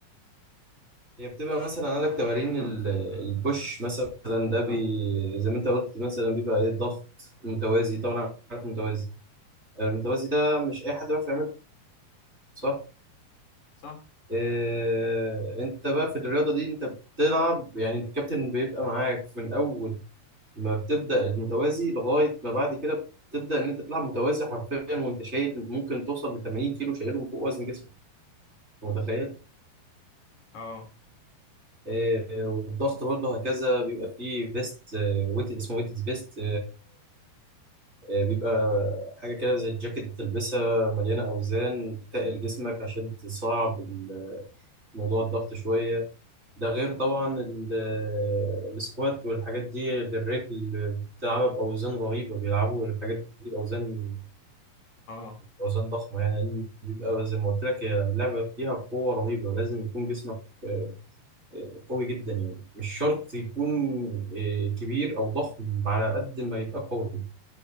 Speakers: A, on the right; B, on the left.
A: هي بتبقى مثلا عندك تمارين ال- البوش مثلا ده بي زي ما انت قلت مثلا بيبقى ايه ضغط متوازي طبعا عارف متوازي المتوازي ده مش اي حد بيعرف يعمله صح
B: صح
A: إيه انت بقى في الرياضه دي انت بتلعب يعني انت الكابتن بيبقى معاك من اول ما بتبدا المتوازي لغايه ما بعد كده بتبدا ان انت تلعب متوازي حرفيا وانت شايل ممكن توصل ل 80 كيلو شايلهم فوق وزن جسمك متخيل
B: اه
A: إيه والضغط برضه هكذا بيبقى فيه فيست ويت اسمه ويت فيست آه، بيبقى حاجة كده زي الجاكيت بتلبسها مليانة أوزان تتقل جسمك عشان تصعب ال- موضوع الضغط شوية ده غير طبعا ال- آه، السكوات والحاجات دي للرجل بتلعبها بأوزان رهيبة بيلعبوا الحاجات دي بأوزان
B: اه
A: أوزان ضخمة يعني لأن بيبقى زي ما قلت لك هي لعبة فيها قوة رهيبة لازم يكون جسمك آه، آه، قوي جدا يعني مش شرط يكون آه، كبير أو ضخم على قد ما يبقى قوي